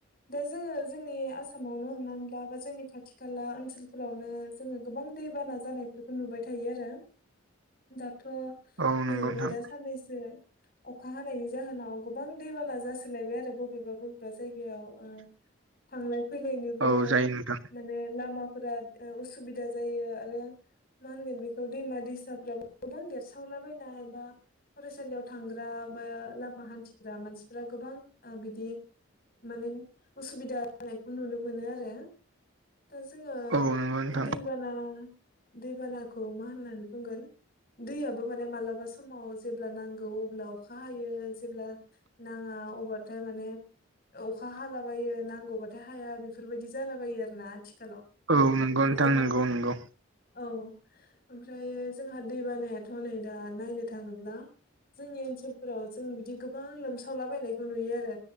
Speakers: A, on the left; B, on the right.
A: दा जोङो जोंनि आसामावनो हमनानैला बा जोंनि खाथि खाला ओनसोलफोरावनो जोङो गोबां दैबाना जानायफोरखौ नुबाय थायो आरो दाथ'
B: औ नंगौ
A: नैबे
B: नोंथां
A: दाज साननैसो अखा हानायनि जाहोनाव गोबां दैबाना जासोलायबाय आरो बबेबा बबेबा जायगायाव ओ <unintelligible> थांलाय फैलायनिबो
B: औ जायो नोंथां
A: माने लामाफोरा <unintelligible> उसुबिदा जायो आरो मा होनगोन बेखौ दैमा दैसाफ्राबो गोबां देरसावलाबायनायबा फरायसालियाव थांग्रा बा लामा हान्थिग्रा मानसिफोरा गोबां ओ बिदि माने उसुबिदा जानायखौ नुनो मोनो आरो। दा जोङो
B: औ नंगौ नोंथां
A: बे दैबाना दैबानाखौ मा होननानै बुंगोन? दैयाबो माने मालाबा समाव जेब्ला नांगौ अब्ला अखा हायो जेब्ला नाङा अबाथाय माने अखा हालाबायो नांगौबाथाय हाया बेफोरबायदि जालाबायो आरो ना आथिखालाव।
B: औ नंगौ
A: ओमफ्रायो
B: नोंथां नंगौ नंगौ
A: औ। ओमफ्रायो जोंहा दै बानायाथ' नै दा नायनो थाङोब्ला जोंनि ओनसोलफोराव जों बिदि गोबां लोमसावलाबायनायखौ नुयो आरो।